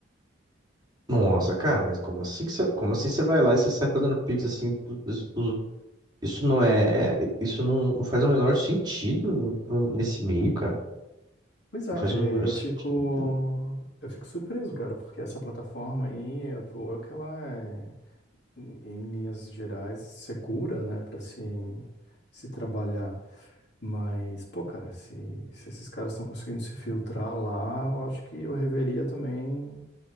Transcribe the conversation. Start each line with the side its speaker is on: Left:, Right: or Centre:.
Right: Nossa, cara, mas como assim que você, como assim você vai lá e você sai fazendo Pix assim? do- dos- dos- Isso não é. Isso não faz o menor sentido n- n- nesse meio, cara.
Left: Pois é,
Right: Não faz
Left: cara,
Right: o
Left: e
Right: menor
Left: aí eu
Right: sentido.
Left: fico, eu fico surpreso, cara, porque essa plataforma aí, a Upwork, ela é, em em linhas gerais, segura, né, para se, se trabalhar. Mas, pô, cara, se, se esses caras estão conseguindo se filtrar lá, eu acho que eu reveria também